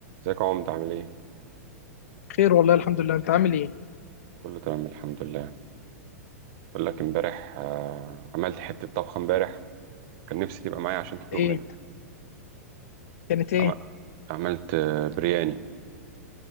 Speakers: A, on the right; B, on the left.
A: ازيك يا عمد عامل ايه؟
B: خير والله الحمد لله انت عامل ايه
A: كله تمام الحمد لله بقول لك امبارح آه، عملت حتة طبخة امبارح كان نفسي تبقى معايا عشان تدوق
B: ايه
A: منها
B: كانت ايه
A: عم- عملت آه، برياني